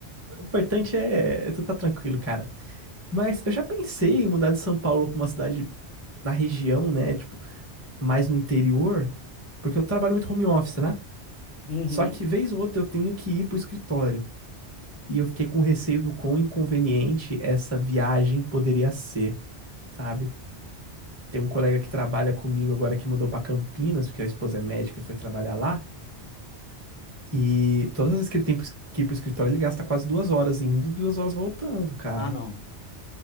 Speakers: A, on the right; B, on the left.
A: O importante é, é tu tá tranquilo, cara. Mas eu já pensei em mudar de São Paulo pra uma cidade na região, né? Tipo, mais no interior, porque eu trabalho muito home office, né?
B: Uhum.
A: Só que vez ou outra eu tenho que ir pro escritório. E eu fiquei com receio do quão inconveniente essa viagem poderia ser, sabe? Tem um colega que trabalha comigo agora que mudou pra Campinas, porque a esposa é médica e foi trabalhar lá. E todas as vezes que ele tem que ir pro escritório, ele gasta quase duas horas indo e duas horas voltando, cara.
B: Ah, não.